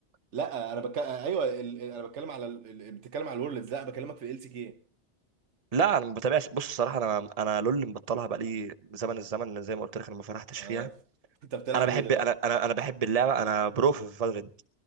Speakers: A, on the right; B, on the right.
A: لا انا بك... آه، ايوه ال... ال- انا بتكلم على ال... ال- بتتكلم على الورلدز لا بكلمك في ال سي كي
B: لا انا ما بتابعش بص الصراحه انا انا لول مبطلها بقالي زمن الزمن زي ما قلت لك انا ما فرحتش
A: اه
B: فيها
A: <laughs> انت بتلعب
B: انا بحب
A: ايه دلوقتي
B: انا انا انا بحب اللعبه انا برو في فالورنت